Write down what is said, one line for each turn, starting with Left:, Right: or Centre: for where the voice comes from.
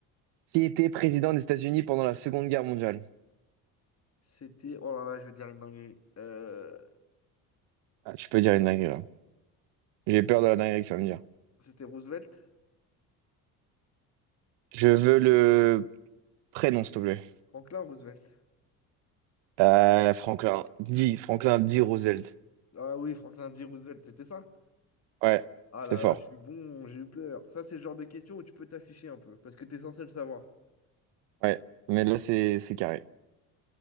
Right: Qui était président des États-Unis pendant la Seconde Guerre mondiale?
Left: C'était. Oh là là, je vais dire une dinguerie. Euh,
Right: Ah, tu peux dire une dinguerie là. J'ai peur de la dinguerie que tu vas me dire.
Left: C'était Roosevelt?
Right: Je veux le prénom, s'il te plaît.
Left: Franklin Roosevelt.
Right: Euh, Franklin. Dis, Franklin, dis Roosevelt.
Left: Ah oui, Franklin D. Roosevelt, c'était ça?
Right: Ouais,
Left: Ah
Right: c'est
Left: là
Right: fort.
Left: là, je suis bon, j'ai eu peur. Ça, c'est le genre de question où tu peux t'afficher un peu, parce que t'es censé le savoir.
Right: Ouais, mais là, c'est c'est carré.